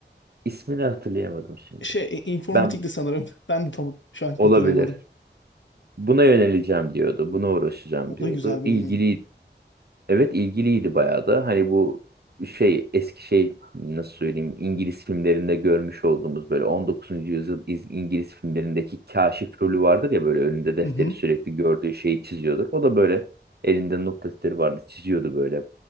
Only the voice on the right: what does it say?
ismini hatırlayamadım şimdi.
Ben
olabilir.
Buna yöneleceğim diyordu. Buna uğraşacağım
diyordu.
İlgiliydi Evet ilgiliydi bayağı da. Hani bu şey eski şey nasıl söyleyeyim İngiliz filmlerinde görmüş olduğumuz böyle on dokuzuncu yüzyıl İz- İngiliz filmlerindeki kaşif rolü vardır ya böyle önünde defteri
sürekli gördüğü şeyi çiziyordur. O da böyle elinde not defteri vardı çiziyordu böyle